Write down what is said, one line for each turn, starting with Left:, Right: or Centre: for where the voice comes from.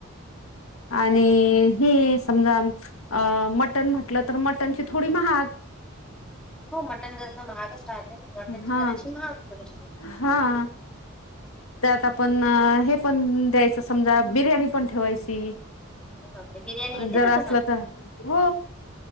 Centre: <unintelligible>
Left: आणि हे समजा अ मटण म्हटलं तर मटणची थोडी महाग.
Centre: <inaudible> हो मटन जसं महागच राहते ना मटनची
Left: हा
Centre: जरा अशी महागशी
Left: हा त्यात आपण हे पण द्यायचं समजा बिर्याणी पण ठेवायची.
Centre: हो पर बिर्याणी येते
Left: जर
Centre: का तुम्हाला?
Left: असलं तर हो